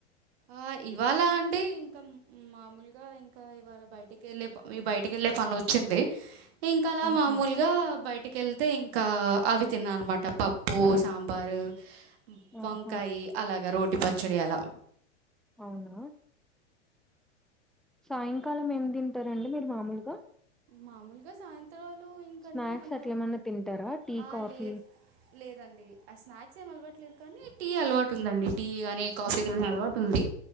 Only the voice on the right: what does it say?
ఆ ఇవాళ అండి ఇంకా మామూలుగా ఆ ఇంకా ఇవాళ బయటికి వెళ్ళలే ఈ బయటకిెళ్లే పని వచ్ చ్చింది ఇంకా అలా
మామూలుగా బయటకి కేళ్ తె ఇంకా అవి తిన్నా అన్నమాట పప్పు సాంబారు వంకాయి
అలాగా రోటి పచ్చడి అలా
మామూలుగా సాయంత్రాలు ఇంకంటే
నేను
ఆ
లే లేదండి ఆ స్నాక్స్ ఏం అలవాటు లేదు కానీ టీ అలవాటు ఉందండి టీ గాని కాఫీ గాని అలవాటు ఉంది